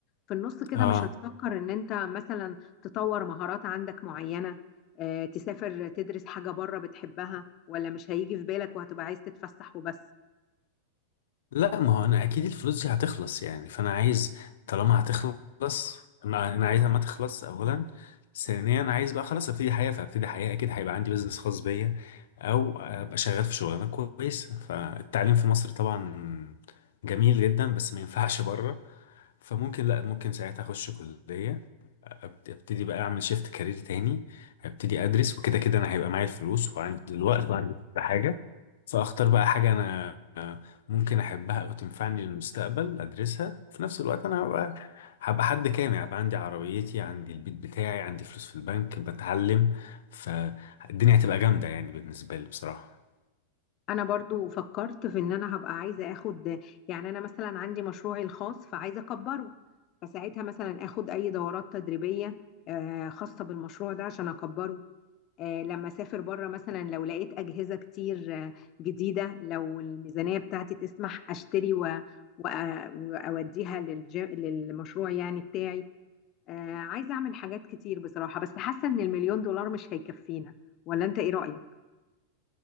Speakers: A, on the left (about 35°); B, on the left (about 80°).
A: في النص كده
B: اه
A: مش هتفكر ان انت مثلا تطور مهارات عندك معينه اه تسافر تدرس حاجه بره بتحبها ولا مش هيجي في بالك وهتبقى عايز تتفسح وبس
B: لا ما هو انا اكيد الفلوس دي هتخلص يعني فانا عايز طالما هتخلص انا انا عايزها ما تخلص اولا ثانيا انا عايز بقى خلاص ابتدي حياه فابتدي حياه اكيد هيبقى عندي بزنس خاص بيا او ابقى شغال في شغلانه كويسه فالتعليم في مصر طبعا جميل جدا بس ما ينفعش بره فممكن لا ممكن ساعتها اخش كليه أبت- ابتدي بقى اعمل شيفت كارير تاني ابتدي ادرس وكده كده انا هيبقى معايا الفلوس وعندي الوقت وعندي كل حاجه فاختار بقى حاجة انا آه، ممكن احبها او تنفعني للمستقبل ادرسها وفي نفس الوقت انا هبقى هبقى حد كامل هبقى عندي عربيتي عندي البيت بتاعي عندي فلوس في البنك بتعلم فالدنيا هتبقى جامدة يعني بالنسبة لي بصراحة
A: انا برضو فكرت في ان انا هبقى عايزه اخد يعني انا مثلا عندي مشروعي الخاص فعايزه اكبره فساعتها مثلا اخد اي دورات تدريبيه آه، خاصه بالمشروع ده عشان اكبره آه، لما اسافر بره مثلا لو لقيت اجهزه كتير آه، جديده لو الميزانيه بتاعتي تسمح اشتري و... و... واوديها للج... للمشروع يعني بتاعي آه، عايزه اعمل حاجات كتير بصراحه بس حاسه ان المليون دولار مش هيكفينا ولا انت ايه رايك